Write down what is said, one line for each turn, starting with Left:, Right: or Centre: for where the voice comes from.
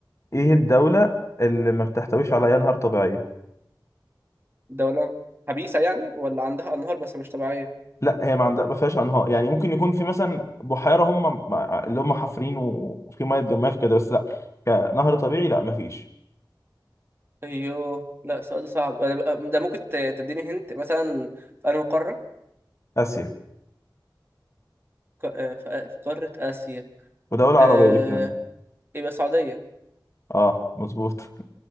Left: ايه الدولة اللي ما بتحتويش على اي انهار طبيعية
Right: دوله خبيثه يعني ولا عندها انهار بس مش طبيعيه
Left: لا هي ما عندها ما فيهاش انهار يعني ممكن يكون في مثلا بحيرة هم مع- اللي هم حافرين وفي ميه اتجمعت وكده بس لا كنهر طبيعي لا ما فيش
Right: ايوه لا السؤال ده صعب أنا بقى- ده ممكن ت- تديني هنت مثلا في انهي قاره
Left: اسيا
Right: ق- آه، في آ- في قاره اسيا
Left: ودولة
Right: آه،
Left: عربية كمان
Right: يبقى السعوديه
Left: اه مظبوط